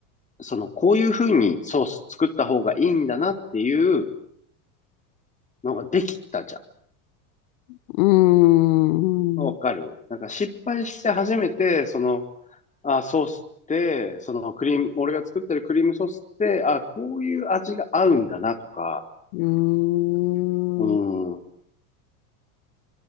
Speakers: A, on the left; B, on the left.
A: そのこういう風にソース作った方がいいんだなっていうのができたじゃん。
B: ーん、
A: わかるなんか失敗して初めて、
B: う
A: その、あ、ソースって、そのクリーム、俺が作ってるクリームソースって、あ、こういう味が合うんだなとか、
B: ーん、
A: うん、